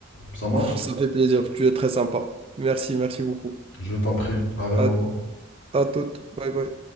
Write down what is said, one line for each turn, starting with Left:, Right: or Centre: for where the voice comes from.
Left: Ça marche?
Right: Ça fait plaisir, tu es très sympa. Merci, merci beaucoup.
Left: Je t'en prie. Allez, au
Right: À
Left: revoir.
Right: À toutes. Bye bye.